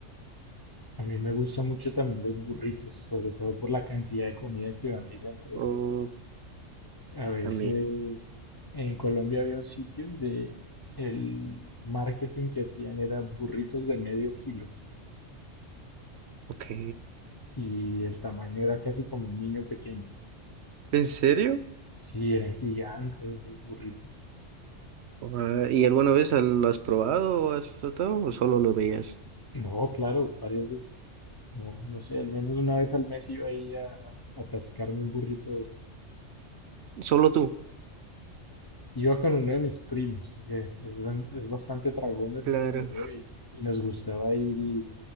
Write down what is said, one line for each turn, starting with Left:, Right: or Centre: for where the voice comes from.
Left: A mí me gustan mucho también los burritos, sobre todo por la cantidad de comida que van ahí dentro.
Right: Oh,
Left: A veces
Right: también.
Left: en Colombia había un sitio donde el marketing que hacían era burritos de medio kilo
Right: Ok.
Left: y el tamaño era casi como un niño pequeño.
Right: ¿En serio?
Left: Sí, eran gigantes esos burritos.
Right: Ah, ¿y alguna vez lo has probado o has tratado o solo lo veías?
Left: No, claro, varias veces. No, no sé, al menos una vez al mes iba ahí a, a atascarme un burrito de esos.
Right: Solo tú.
Left: Iba con uno de mis primos, porque es, gran- es bastante tragón así
Right: Claro,
Left: como yo
Right: <laughs>
Left: y, y nos gustaba ir